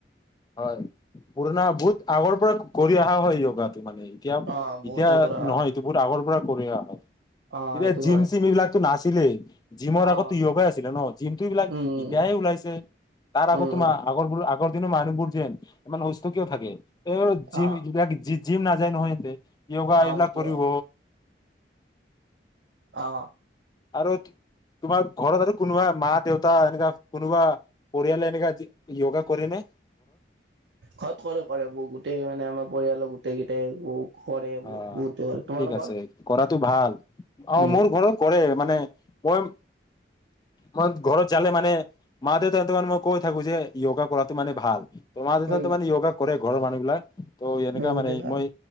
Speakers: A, on the left; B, on the right.
A: হয় পুৰণা বহুত আগৰ পৰা কৰি অহা হয় য়গাত টো মানে এতিয়া
B: অ বহুতে
A: এতিয়া
B: কৰা
A: নহয় এইটো বহুত আগৰ পৰা কৰি হয়
B: অ
A: ই
B: সেইটো
A: জিম
B: হয়
A: চিম এইবিলাকছো আছেই দিলেই জিমৰ আগতো
B: অ
A: য়গা আছিলে ন জিমটো এইবিলাক
B: উম উম
A: এতিয়াহে ওলাইছে তাৰ আগত
B: উম
A: তোমাৰ
B: উম
A: আগৰ ব কন্তিনিও সেইবোৰ যেন ইমান অস্ত কিয় থাকে এইব জিম
B: অ
A: যিবিলাক জি জিম নাযায় নহয় সিহতে য়গা
B: অ
A: এইবিলাক
B: এইটো
A: কৰিব
B: হয় অ'।
A: আৰু তোমাৰ ঘৰত আৰু কোনোবা মা দেউতা এনেকুৱা কোনোবা পৰিয়ালে য়োগা কৰেনে?
B: ঘৰত কৰে কৰে গোটেই মানে আমাৰ পৰিয়ালৰ গোটেই কেইটাই কৰে
A: অ'
B: বহুতে কৰে তোমালোকৰ
A: ঠিক আছে কৰাটো ভাল। অ'
B: উম
A: মোৰ ঘৰত কৰে মানে মই মই ঘৰত যালে মানে মা দেউতা হতক কৈ থাকো যে য়োগা কৰাতো মানে ভাল। তোমাৰ দেউতা
B: উম
A: মানে য়োগা কৰে ঘৰৰ মানুহ বিলাক ত এনেকোৱা
B: বহুতে
A: মানে
B: ভাল
A: মই